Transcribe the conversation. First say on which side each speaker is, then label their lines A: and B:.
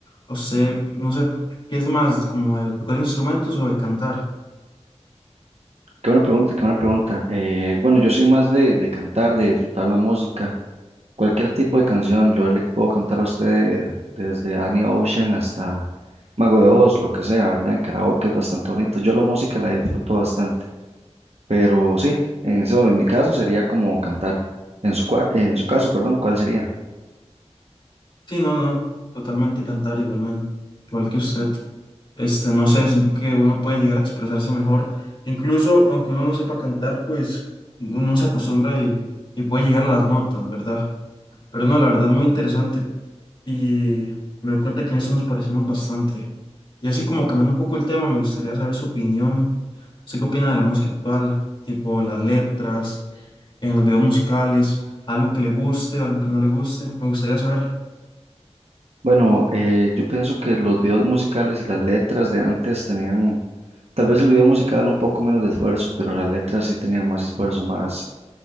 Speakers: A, on the left (about 45°); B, on the right (about 65°).
A: o sé, no sé, ¿qué es más, como de tocar instrumentos o de cantar?
B: Qué buena pregunta, qué buena pregunta. Eh, bueno, yo soy más de, de cantar, de disfrutar la música, cualquier tipo de canción. Yo le puedo cantar a usted desde Annie Ocean hasta Mago de Oz, lo que sea, ¿verdad? En karaoke es bastante bonito. Yo la música la disfruto bastante. Pero sí, en eso en mi caso sería como cantar. En su, cua- en su caso, perdón, ¿cuál sería?
A: Sí, no, no, totalmente cantar igualmente, igual que usted. Este, no sé, siento que uno puede llegar a expresarse mejor, incluso aunque uno no sepa cantar, pues uno se acostumbra y, y puede llegar a las notas, ¿verdad? Pero no, la verdad es muy interesante y me doy cuenta que en eso nos parecemos bastante. Y así como cambiando un poco el tema, me gustaría saber su opinión. ¿Usted qué opina de la música actual? Tipo en las letras, en los videos musicales, algo que le guste, algo que no le guste. Me gustaría saber.
B: Bueno, eh, yo pienso que los videos musicales y las letras de antes tenían, tal vez el video musical un poco menos de esfuerzo, pero las letras sí tenían más esfuerzo, más